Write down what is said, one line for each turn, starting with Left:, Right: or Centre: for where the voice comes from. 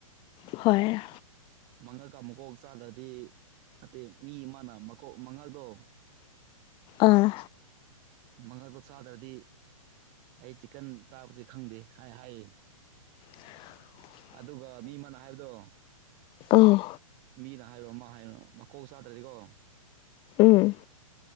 Left: ꯍꯣꯏ
Right: ꯃꯉꯛꯀ ꯃꯀꯣꯛ ꯆꯥꯗ꯭ꯔꯗꯤ ꯅꯠꯇꯦ ꯃꯤ ꯑꯃꯅ ꯃꯀꯣꯛ ꯃꯉꯗꯣ
Left: ꯑꯥ
Right: ꯃꯪꯉꯛꯗꯣ ꯆꯥꯗ꯭ꯔꯗꯤ ꯑꯩ ꯆꯤꯛꯀꯟ ꯆꯥꯕꯁꯤ ꯈꯪꯗꯦ ꯍꯥꯏ ꯍꯥꯏꯌꯦ
Left: <unintelligible>
Right: ꯑꯗꯨꯒ ꯃꯤ ꯑꯃꯅ ꯍꯥꯏꯕꯗꯣ
Left: ꯑꯪ
Right: ꯃꯤꯅ ꯍꯥꯏꯕ ꯑꯃ ꯍꯥꯏꯅꯨ ꯃꯀꯣꯛ ꯆꯥꯗ꯭ꯔꯗꯤꯀꯣ
Left: ꯎꯝ